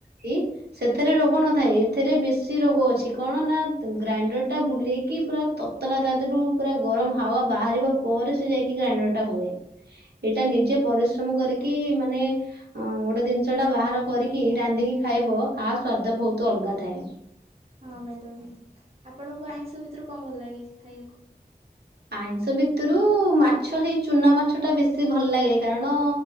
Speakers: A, on the right (about 80°); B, on the right (about 40°).
A: କି ସେଥିରେ ରୋଗ ନଥାଏ ଏଥିରେ ବେଶୀ ରୋଗ ଅଛି କଣ ନା ଗ୍ରାଇଣ୍ଡର ଟା ବୁଲେଇ କି ପୁରା ତତଲା ତାଦହରୁ ପୁରା ଗରମ ହାୱା ବାହାରିବା ପରେ ସେ ଯାଇକି ଗ୍ରାଇଣ୍ଡର ଟା ହୁଏ। ଏଇଟା ନିଜେ ପରିଶ୍ରମ କରି କି ମାନେ ଅ ଗୋଟେ ଜିନିଷ ଟା ବାହାର କରିକି ରାନ୍ଧିକି ଖାଇବ ଆ ସ୍ଵାଦ ବହୁତ ଅଲ ଗାଥାଏ।
B: ହଁ ମ୍ୟାଡାମ ଆପଣଙ୍କୁ ଆଇଁଷ ଭିତରୁ କଣ ଭଲ ଲାଗେ ଖାଇବାକୁ?
A: ଆଇଁଷ ଭିତରୁ ମାଛ ସେଇ ଚୁନା ମାଛ ଟା ବେଶୀ ଭଲ ଲାଗେ କାରଣ